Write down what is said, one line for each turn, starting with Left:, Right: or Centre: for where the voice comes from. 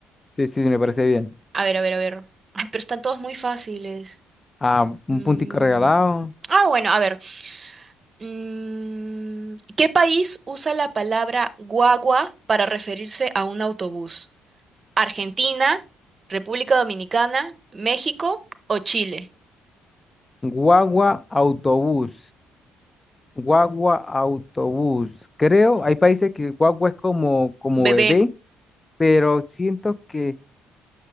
Left: Sí, sí, me parece bien.
Right: A ver, a ver, a ver. Ay, pero están todos muy fáciles.
Left: Ah,
Right: Mm,
Left: un puntico regalado.
Right: Ah, bueno, a ver. Mm, ¿Qué país usa la palabra guagua para referirse a un autobús? ¿Argentina, República Dominicana, México o Chile?
Left: Guagua, autobús. Guagua, autobús. Creo, hay países que guagua es como, como
Right: Bebé.
Left: bebé, pero siento que